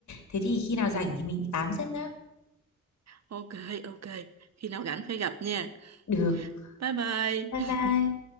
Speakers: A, on the left (about 60°); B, on the right (about 55°).
A: Thế thì khi nào rảnh thì mình tám sẽ nhá.
B: Ok, ok, khi nào rảnh phải gặp nha.
A: Được.
B: Bye bye.
A: Bye bye.